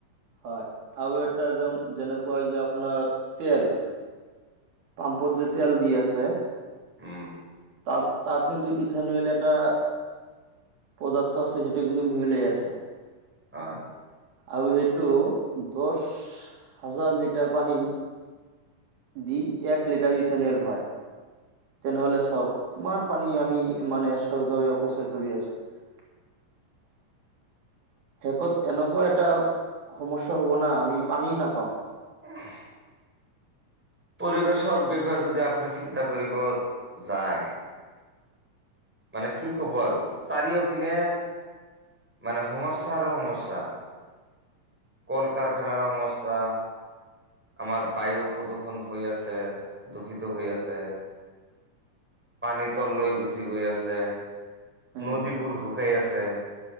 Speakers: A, on the right; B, in the centre.
A: হয় আৰু এটা যেন যেনেকোৱা হয় যে আপোনাৰ তেল পাম্পত যে তেল দি আছে
B: উম
A: তাত তাত কিন্তু ইথানুৱল এটা পদাৰ্থ আছে সেইটো কিন্তু মিহিলি হৈ আছে
B: হয়
A: আৰু সেইটো দহ হাজাৰ লিটাৰ পানী দি এক লিটাৰ ইথানুৱেল হয় তেনেহলে চাওক কিমান পানী আমি মানে চয়ক অপচয় কৰি আছে <unintelligible> শেষত এনেকোৱা এটা সমস্যা হব না আমি পানী নাপাম
B: অহ পৰিবেশৰ বিষয়ে যদি আপুনি চিন্তা কৰিব যায় মানে কি কব আৰু চাৰিওপিনে মানে সমস্যা আৰু সমস্যা কল কাৰখানাৰ সমস্যা আমাৰ বায়ু প্ৰদূষণ হৈ আছে দূষিত হৈ আছে পানী তল লৈ গুচি গৈ আছে
A: উম
B: নদীবোৰ শুকাই আছে